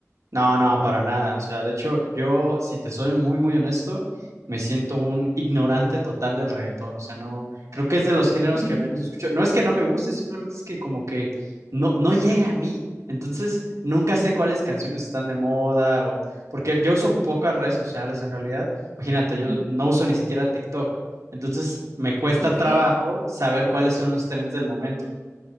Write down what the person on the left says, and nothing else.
<laughs>
Ujú.
Ok.